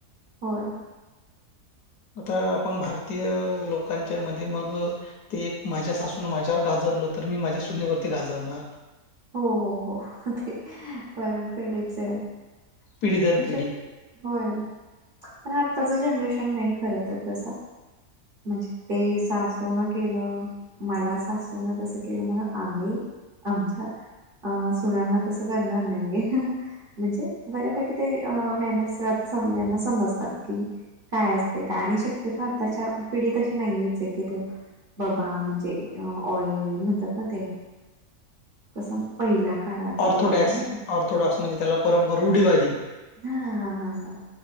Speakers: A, on the right; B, on the left.
A: होय
B: आता आपण भारतीय लोकांच्या मध्ये मग ते एक माझ्या सासूनं माझ्यावर गाजव तर मी माझ्या सुनेवरती गाजवणार
A: हो हो हो ते पण पेढच आहे
B: पिढी
A: <unintelligible>
B: दर पिढी
A: होय पण आत्ताच जनरेशन नाही खरं तर तसं म्हणजे ते सासूनं केलं मला सासुनं तसं केलं मग आम्ही आमच्या अं सुनाना तसं करणार नाहीये, म्हणजे बऱ्यापैकी ते अं मेहनत सत सगळ्यांना समजतात की काय असते का आणि शक्यतो आताच्या पिढी तशी नाहीयच की बाबा म्हणजे ऑल म्हणतात ना ते कसं पहिल्या काळातले
B: ऑर्थोडॉक्स
A: वगैरे नाही का?
B: ऑर्थोडॉक्स म्हणजे त्याला परंपरा रुढीवादी
A: हा हा हा हा